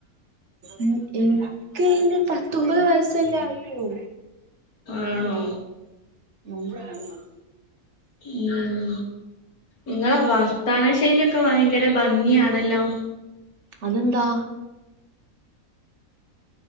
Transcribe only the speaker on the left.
ആണോ
ഉം ഇങ്ങളെ വർത്താന ശൈലിയൊക്കെ ഭയങ്കര ഭംഗിയാണല്ലോ